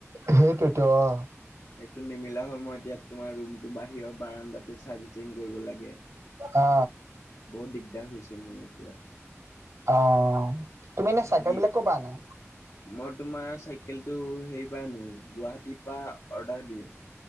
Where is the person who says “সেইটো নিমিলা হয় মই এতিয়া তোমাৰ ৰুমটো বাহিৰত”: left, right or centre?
Left